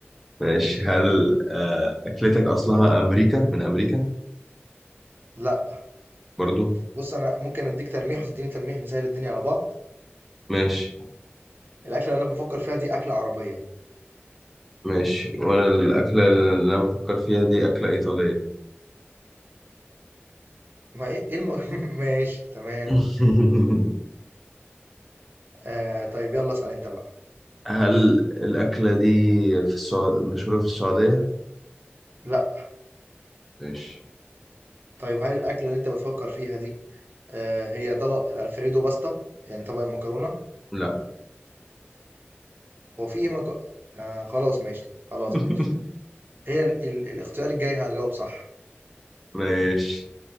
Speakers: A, in the centre; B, on the right.
A: ماشي هل آه، اكلتك اصلها امريكا من امريكا
B: لا
A: برضو
B: بص أنا ممكن أديك تلميح وتديني تلميح نسهل الدنيا على بعض
A: ماشي
B: الأكلة اللي أنا بفكر فيها دي أكلة عربية
A: ماشي وانا الاكله اللي انا بفكر فيها دي اكله ايطاليه
B: ما إيه إيه الم... <laughs> ماشي تمام
A: <laughs>
B: آه طيب يلا اسأل أنت بقى
A: هل الاكله دي في السعوديه مشهوره في السعوديه
B: لا
A: ماشي
B: طيب هل الأكلة اللي أنت بتفكر فيها دي آه هي طبق الألفريدو باستا يعني طبق المكرونة
A: لا
B: هو في إيه مك... آه خلاص ماشي خلاص
A: <laughs>
B: ماشي هي ال... ال... الاختيار الجاي هجاوب صح
A: ماشي